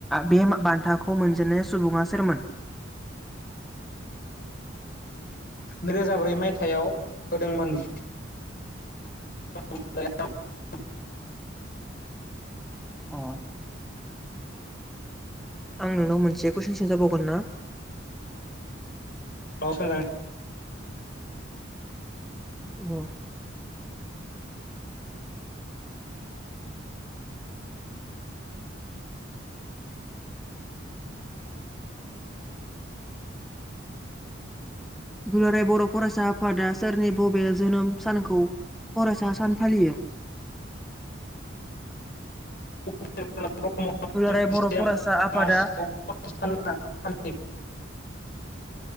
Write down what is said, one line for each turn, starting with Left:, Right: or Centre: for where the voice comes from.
Centre: बे बान्थाखौ मोनजेननाय सुबुङा सोरमोन
Left: नैरोजा ब्रै मायथायाइाव होदोंमोन <inaudible>
Centre: अ आं नोंनाव मोनसे कुइसन सोजाबावगोन ना
Left: औ सोंजागोन
Centre: औ दुलाराय बर' फरायसा आफादा सोरनि बबे जोनोम सानखौ फरायसा सान फालियो
Left: <inaudible> ब्र्म
Centre: दुलाराय
Left: मार्चखौ
Centre: बर' फरायसा आफादा
Left: फालियो